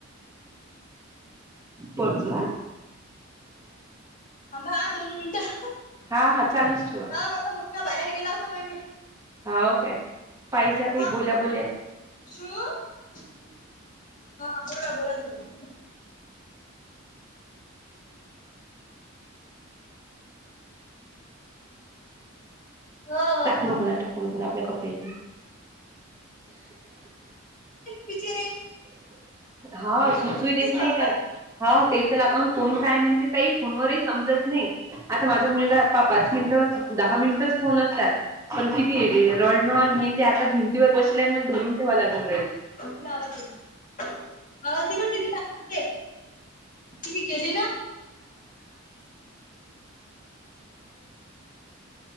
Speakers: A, on the right; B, on the left.
A: पर्जुवा
B: अांबा दोन मिनटं
A: हा हा चालूच ठेवा
B: हा का बाहेर गेला होता मग मी
A: हा काय पाहिज प
B: हा
A: बोला बोलत
B: शू हा बला ना बोला तही हो हो
A: टाकू
B: थांब
A: नको ना टाकू नको ना आपल्या कपड
B: बचरे
A: होा सुचू देत नाही
B: लावतात
A: हा त्याच लाग कोण काय म्हणते फोनवरही समजत नाही आता माझा मुलगापा पाच मिनिट दहा मिनिटच फोन असतात पण किती आहे रणॉन हे ते आता भिंतीवर बसल आणि मला धरून ठेवा लागून राहील
B: वाज आवाजदी दिदीते ती गेली ना